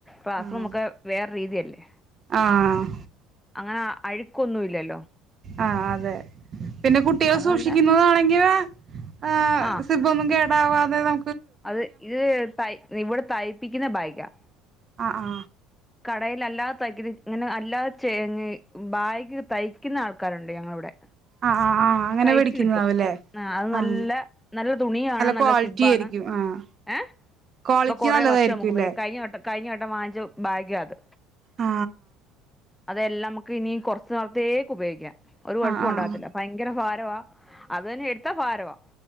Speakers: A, in the centre; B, on the right (about 30°).
A: പാസ്
B: ആഹ്
A: നമ്മുക്ക് വേറെ രീതിയല്ലേ
B: ആഹ്
A: ആഹ് അഴുക്കൊന്നും ഇല്ലല്ലോ
B: ആ അതെ പിന്നെ കുട്ടികൾ
A: അതുമല്ല
B: സൂക്ഷിക്കുന്നതാണെങ്കിൽ ആഹ്
A: ആ
B: സിബൊന്നും കേ ഉണ്ടാവാതെ താ
A: അത് ഇത് തൈ ഇവിടെ തൈപ്പിക്കുന്ന ബാഗാ
B: ആ ആ
A: കടയില് അല്ലാതെ തയ്ക്ക്ത് ഇങ്ങനെ അല്ലാതെ ചെ ബാഗ് തയ്ക്കുന്ന ആൾക്കാരുണ്ട് ഞങ്ങളവിടെ
B: ആഹ് ആഹ് ആഹ് അങ്ങനെ
A: തൈച്ച്
B: മേടിക്കുന്നതാവുംല്ലേ
A: കിട്ടും ആ അത് നല്ല
B: ആഹ്
A: നല്ല തുണിയാണ് നല്ല
B: ക്വാളിറ്റി
A: സിബാണ്
B: ആയിരിക്കും ആഹ്
A: ഏ
B: ക്വാളിറ്റി
A: അപ്പൊ കൊറെേ
B: നല്ലതായിരിക്കുംല്ലേ
A: വർഷം ഒക്കെ ഉപയോഗി കഴിഞ്ഞ വട്ടം കഴിഞ്ഞ വട്ടം വാങ്ങിച്ചു ബാഗാത്
B: ആ
A: എല്ലാം നമുക്ക് ഇനി കുറച്ച് നാളത്തേക്ക് ഉപയോഗിക്കാം ഒരു കുഴപ്പം
B: ആഹ് ആഹ്
A: ഉണ്ടാവത്തില്ല ഭ യങ്കര ഫാരവാ അത് തന്നെ എടുത്താ ഫാരവാ